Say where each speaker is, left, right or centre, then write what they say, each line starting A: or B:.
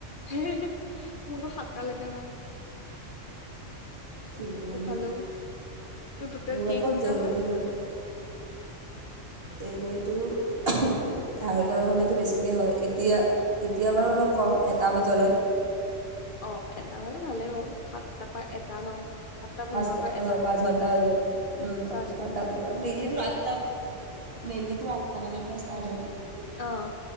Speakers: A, on the left (about 50°); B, on the right (about 50°).
A: মোক মোৰট সাতটালৈকে বাও।
B: জমনি
A: সেইফালেও তোৰ টোটেল
B: মোৰ
A: কেইঘন্টা
B: আক জলদি
A: হয়
B: বাৰু। এনেইতো আঢ়ৈটা
A: সাতটাৰ পৰা
B: নহ'লেতো
A: হ'লে
B: বেছিকে হয়। ইয়া এতিয়া
A: অ
B: বাৰু অলপ কম, এটা বজালৈ।
A: অঁ, এটা হলে ভালেই বাও সাতটাৰ পৰা এটা ন। সাতটা পোন্ধৰৰ
B: পচটা
A: পৰা
B: অঁ,
A: এটা
B: পাঁচ ঘণ্টা হৈ যায় হৈ যায়।
A: পাঁচ ঘন্টা হৈ
B: মেইনলি
A: ঠিকে
B: তু
A: আছে
B: আঠতা মেইনলি তোৰ আঠটা বজাৰ পৰা ষ্টাৰ্ট হয়।
A: অঁ।